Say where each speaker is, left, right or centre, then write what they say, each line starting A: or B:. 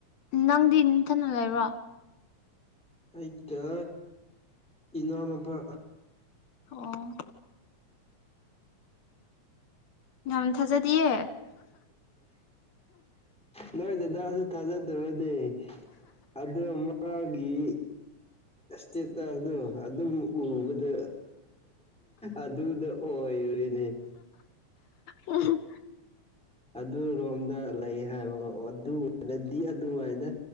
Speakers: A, on the left; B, in the centre.
A: ꯅꯪꯗꯤ ꯅꯟꯊꯗ ꯂꯩꯕ꯭ꯔꯣ
B: ꯑꯩꯗ ꯏꯅꯥꯎꯅꯨꯄꯥ
A: ꯑꯣ ꯌꯥꯝ ꯊꯥꯖꯗꯤꯌꯦ
B: ꯅꯣꯏ ꯗꯗꯥꯁꯨ ꯊꯥꯖꯗꯕꯗꯤ ꯑꯗꯨ ꯃꯥꯒꯤ ꯏꯁꯇꯦꯇꯁꯗꯣ ꯑꯗꯨꯝ ꯎꯕꯗ ꯑꯗꯨꯗ ꯑꯣꯏꯔꯤꯅꯦ
A: ꯎꯝ
B: ꯑꯗꯨꯔꯣꯝꯗ ꯂꯩ ꯍꯥꯏꯕꯒꯣ ꯑꯗꯨ ꯑꯣꯏꯔꯗꯤ ꯑꯗꯨꯋꯥꯏꯗ